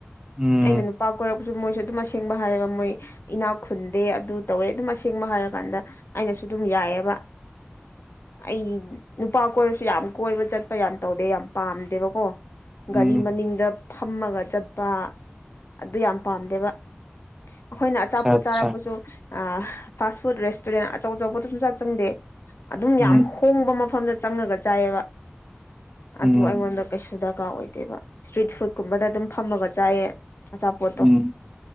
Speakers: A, on the right; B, on the left.
A: ꯎꯝ
B: ꯑꯩꯅ ꯅꯨꯄꯥ ꯀꯣꯢꯔꯛ ꯃꯣꯏꯁꯨ ꯑꯗꯨꯝ ꯑꯁꯦꯡꯕ ꯍꯥꯏꯌꯦꯕ ꯃꯣꯏ ꯏꯅꯥꯛ ꯈꯨꯟꯗꯦ ꯑꯗꯨ ꯇꯧꯋꯦ ꯑꯗꯨꯝ ꯑꯁꯦꯡꯕ ꯍꯥꯏꯔꯀꯥꯟꯗ ꯑꯩꯅꯁꯨ ꯁꯨ ꯑꯗꯨꯝ ꯌꯥꯏꯌꯦꯕ ꯑꯩ ꯅꯨꯄꯥ ꯀꯣꯏꯔꯁꯨ ꯌꯥꯝ ꯀꯣꯏꯕ ꯆꯠꯄ ꯌꯥꯝ ꯇꯧꯗꯦ ꯌꯥꯝ ꯄꯥꯝꯗꯦꯕꯀꯣ ꯒꯥꯔꯤ
A: ꯎꯝ
B: ꯃꯅꯤꯡꯗ ꯐꯝꯃꯒ ꯆꯠꯄ ꯑꯗꯨ ꯌꯥꯝ ꯄꯥꯝꯗꯦꯕ ꯑꯩꯈꯣꯏꯅ ꯑꯆꯥꯄꯣꯠ
A: ꯑꯆꯥ ꯑꯆꯥ
B: ꯆꯥꯔꯛꯄꯁꯨ ꯑ ꯐꯥꯁ ꯐꯨꯗ ꯔꯦꯁꯇꯨꯔꯦꯟ ꯑꯆꯧ ꯑꯆꯧꯕꯁꯨ ꯁꯨꯡꯆꯥꯛ ꯆꯪꯗꯦ ꯑꯗꯨꯝ
A: ꯎꯝ
B: ꯌꯥꯝ ꯍꯣꯡꯕ ꯃꯐꯝꯗ ꯆꯪꯉꯒ ꯆꯥꯏꯌꯦꯕ ꯑꯗꯨ
A: ꯎꯝ
B: ꯑꯩꯉꯣꯟꯗ ꯀꯩꯁꯨ ꯗꯔꯀꯥꯔ ꯑꯣꯏꯗꯦꯕ ꯏꯁꯇ꯭ꯔꯤꯠ ꯐꯨꯗ ꯀꯨꯝꯕꯗ ꯑꯗꯨꯝ ꯐꯝꯃꯒ ꯆꯥꯏꯌꯦ ꯑꯆꯥꯄꯣꯠꯇꯣ
A: ꯎꯝ